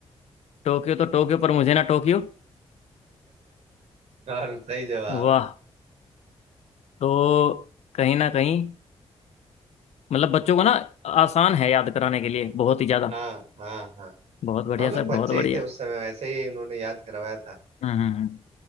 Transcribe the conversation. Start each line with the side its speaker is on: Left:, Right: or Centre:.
Left: टोक्यो तो टोक्यो पर मुझे ना टोक्यो
Right: और सही जवाब
Left: वाह तो कहीं ना कहीं मतलब बच्चों को ना आसान है याद कराने के लिए बहुत ही ज्यादा
Right: हाँ हाँ हाँ
Left: बहुत बढ़िया
Right: हम लोग
Left: सर
Right: बच्चे
Left: बहुत बढ़िया
Right: ही थे उस समय वैसे ही उन्होंने याद करवाया था
Left: हम्म हम्म, हम्म,